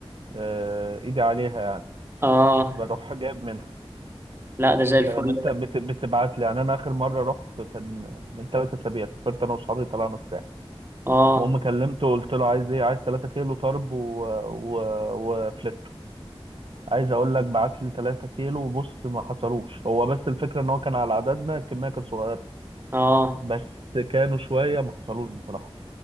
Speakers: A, on the right (about 60°); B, on the right (about 25°).
A: آه، إيدي عليها يعني
B: اه
A: بروح جايب منها
B: لا ده زي الفل
A: فاهم أنت
B: ده
A: بت- بتبعت لي يعني أنا آخر مرة رحت كان من ثلاث أسابيع سافرت أنا وأصحابي طلعنا الساحل
B: اه
A: المهم كلمته قلت له عايز إيه عايز 3 كيلو طرب و... و... وفلت عايز اقول لك بعت لي 3 كيلو وبص ما حصلوش هو بس الفكره ان هو كان على عددنا الكميه كانت صغيره
B: اه
A: بس كانوا شويه ما حصلوش بصراحه